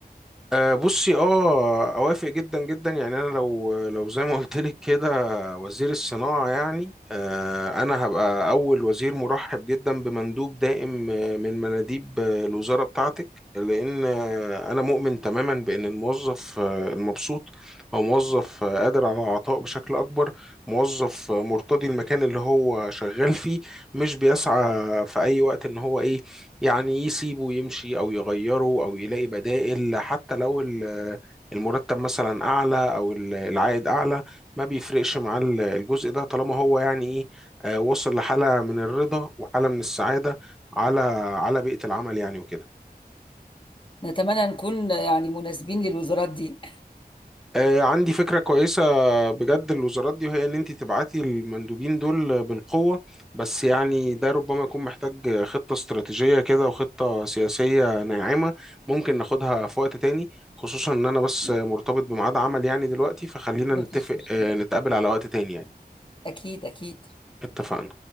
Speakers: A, in the centre; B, on the left.
A: أه بصي اه اوافق جدا جدا يعني انا لو لو زي ما قلت لك كده وزير الصناعه يعني أه انا هبقى اول وزير مرحب جدا بمندوب دائم آه، من مناديب آه، الوزاره بتاعتك لان آه، انا مؤمن تماما بان الموظف آه، المبسوط هو موظف آه، قادر على العطاء بشكل اكبر موظف آه، مرتضي المكان اللي هو شغال فيه مش بيسعى في اي وقت ان هو ايه يعني يسيبه يمشي او يغيره او يلاقي بدائل حتى لو ال- المرتب مثلا اعلى او ال- العائد اعلى ما بيفرقش مع ال- الجزء ده طالما هو يعني ايه آه، وصل لحالة من الرضا وحالة من السعادة على على بيئة العمل يعني وكده
B: نتمنى نكون يعني مناسبين للوزارات دي
A: آه، عندي فكرة كويسة بجد الوزارات دي وهي إن أنت تبعتي المندوبين دول بالقوة بس يعني ده ربما يكون محتاج خطة استراتيجية كده وخطة سياسية ناعمة ممكن ناخدها في وقت تاني خصوصا إن أنا بس
B: <laughs>
A: مرتبط بميعاد عمل يعني دلوقتي فخلينا
B: مفيش
A: نتفق
B: مشكلة
A: آه، نتقابل على وقت تاني يعني
B: أكيد أكيد
A: اتفقنا